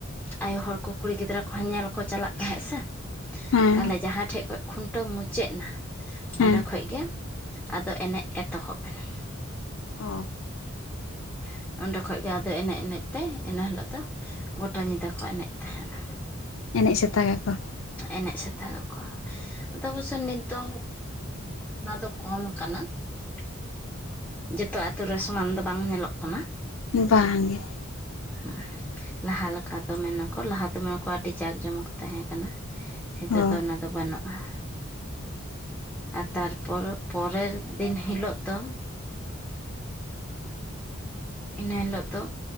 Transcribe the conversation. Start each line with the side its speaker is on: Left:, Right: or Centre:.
Centre: ᱟᱭᱳ ᱦᱚᱲ ᱠᱚ ᱠᱩᱲᱤ ᱜᱤᱫᱽᱨᱟᱹ ᱠᱚᱦᱚᱸ ᱧᱮᱞ ᱠᱚ ᱪᱟᱞᱟᱜ ᱛᱟᱦᱮᱸᱜ ᱥᱮ ᱯ-ᱥᱟᱸ,
Left: ᱦᱮᱸ
Centre: ᱛᱟᱦᱞᱮ ᱡᱟᱦᱟᱸ ᱴᱷᱮᱡ ᱠᱷᱚᱡ ᱠᱷᱩᱱᱴᱟᱹᱣ ᱢᱩᱪᱟᱹᱫ ᱮᱱᱟ ᱯ-ᱪᱟᱜ ᱥᱟᱸ,
Left: ᱦᱮᱸ
Centre: ᱚᱸᱰᱮ ᱠᱷᱚᱡ ᱜᱮ ᱟᱫᱚ ᱮᱱᱮᱡ ᱮᱛᱚᱦᱚᱵ ᱮᱱᱟ ᱯᱷᱟᱸᱠᱟ ᱜᱮᱭᱟ
Left: ᱚ
Centre: ᱾ ᱥᱟᱸᱜ, ᱚᱸᱰᱮ ᱠᱷᱚᱡ ᱜᱮ ᱟᱫᱚ ᱮᱱᱮᱡ ᱮᱱᱮᱡ ᱛᱮ ᱤᱱᱟᱹ ᱦᱤᱞᱳᱜ ᱫᱚ ᱥᱟᱸᱜ ᱜᱚᱴᱟ ᱧᱤᱫᱟᱹ ᱠᱚ ᱮᱱᱮᱡ ᱛᱟᱦᱮᱱᱟ ᱾
Left: ᱮᱱᱮᱡ ᱥᱮᱛᱟᱜ ᱟᱠᱚ ᱾
Centre: ᱮᱱᱮᱡ ᱥᱮᱛᱟᱜ ᱟᱠᱚ, ᱟᱫᱚ ᱵᱚᱪᱚᱝ ᱱᱤᱛ ᱫᱚ ᱱᱚᱣᱟ ᱫᱚ ᱠᱚᱢ ᱠᱟᱱᱟ ᱯ-ᱪᱟᱜ ᱡᱚᱛᱚ ᱟᱛᱳ ᱨᱮ ᱥᱚᱢᱟᱱ ᱫᱚ ᱵᱟᱝ ᱧᱮᱞᱚᱜ ᱠᱟᱱᱟ
Left: ᱵᱟᱝ ᱜᱮ ᱾
Centre: ᱦᱩᱸ, ᱞᱟᱦᱟ ᱞᱮᱠᱟ ᱫᱚ ᱢᱮᱱᱟᱠᱚ ᱞᱟᱦᱟ ᱫᱚᱢᱮ ᱠᱚ ᱟᱰᱤ ᱡᱟᱠ ᱡᱚᱢᱚᱠ ᱛᱟᱦᱮᱸ ᱠᱟᱱᱟ ᱥᱩᱜ, ᱱᱤᱛᱚᱜ
Left: ᱚ
Centre: ᱫᱚ ᱚᱱᱟ ᱫᱚ ᱵᱟᱱᱩᱜ-ᱟ ᱾ ᱥᱩᱜ, ᱟᱨ ᱛᱟᱨᱯᱚᱨ ᱯᱚᱨᱮᱨ ᱫᱤᱱ ᱦᱤᱞᱳᱜ ᱫᱚ ᱤᱱᱟᱹ ᱦᱤᱞᱳᱜ ᱫᱚ